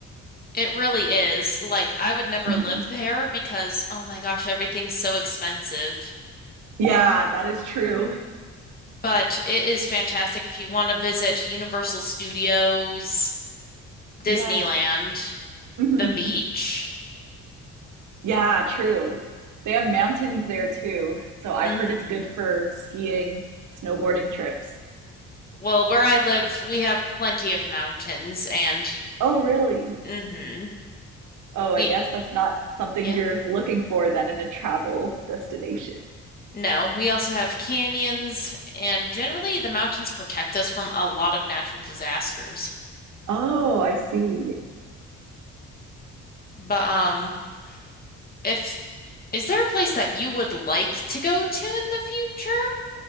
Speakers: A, on the left; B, on the right.
A: It really is. Like, I would never
B: Mhm.
A: live there because, oh my gosh, everything's so expensive.
B: Yeah, that is true.
A: But it is fantastic if you want to visit Universal Studios, Disneyland,
B: Yes. Mhm.
A: the beach.
B: Yeah, true. They have mountains there too, so I've
A: hmm
B: heard it's good for skiing, snowboarding trips.
A: Well, where I live, we have plenty of mountains and
B: Oh, really?
A: hmm
B: Oh, I
A: We
B: guess that's not something
A: yeah.
B: you're looking for then in a travel destination.
A: No, we also have canyons and generally the mountains protect us from a lot of natural disasters.
B: Oh, I see.
A: But um if is there a place that you would like to go to in the future?